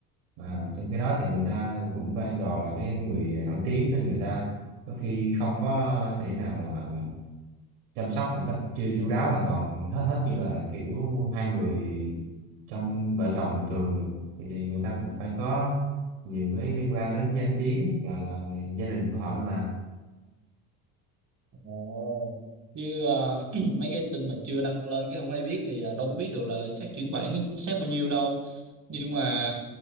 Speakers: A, on the right; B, on the right.
A: mà trong khi đó thì người ta cũng vai trò là cái người nổi tiếng nên người ta có khi không có thể nào mà mà chăm sóc một cách chu chu đáo hoàn toàn hết hết như là kiểu hai người trong vợ chồng bình thường được thì, thì người ta còn phải có nhiều cái liên quan đến danh tiếng là là gia đình của họ đó mà
B: Ồ. Chứ ờ, <clears throat> mấy cái tin mà chưa đăng lên cái không ai biết thì ờ, đâu có biết được là chắc chuyển khoản chính xác bao nhiêu đâu. Nhưng mà